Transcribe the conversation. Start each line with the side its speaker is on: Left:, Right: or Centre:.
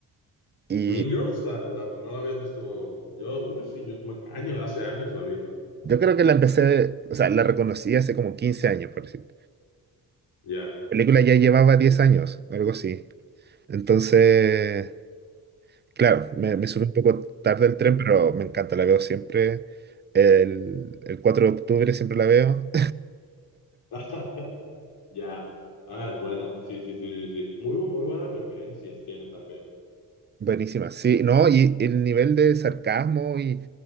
Right: y
Left: Mean Girls, la, la- no la habías visto. Yo, uh, sí, yo, me- años, hace años la vi.
Right: yo creo que la empecé, o sea, la reconocí hace como 15 años, por decir.
Left: Ya.
Right: La película ya llevaba 10 años, algo así. Entonces, claro, me, me subí un poco tarde al tren, pero me encanta, la veo siempre. El, el 4 de octubre siempre la veo
Left: <laughs> Ya. Ah, es buena. Sí, sí, sí, sí, sí. Muy, bu- muy buenas referencias tiene también.
Right: Buenísima, sí, no, y el nivel de sarcasmo y